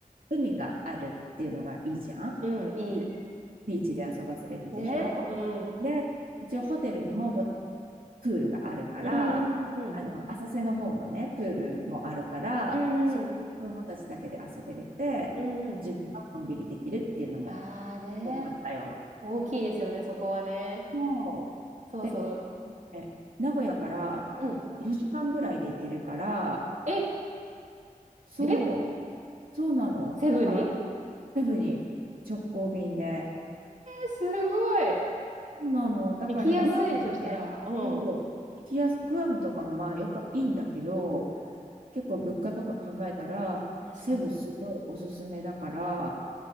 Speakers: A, on the right (about 80°); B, on the right (about 55°).
A: 海があるっていうのがいいじゃん。
B: うん、いい。
A: で、ビーチで遊ばせれるでしょ。
B: ね。うん。
A: で、一応ホテルにもホプールがあるから、
B: うんうんうん。
A: あの、浅瀬の方のね、プールもあるから、
B: うんうん。
A: そこ、子供たちだけで遊べれて、
B: うんうん。
A: 自分はのんびりできるっていうのも
B: あーね。
A: よかったよ。
B: 大きいですよね、そこはね。
A: そう、
B: そうそう。
A: で、え名古屋から4時間ぐらいで行けるから、
B: うん。え、
A: そう、
B: え、
A: そうなの。
B: セブンにえ
A: だから、セブに直行便で、
B: ーすごい。
A: そうなの。だからね、
B: 行きやすいね、
A: グアムもね、
B: そしたら。うん。
A: そう、行きやす、グアムとかもまあよくいいんだけど、結構物価とか考えたら、
B: 確かに。
A: セブすごいおすすめだから、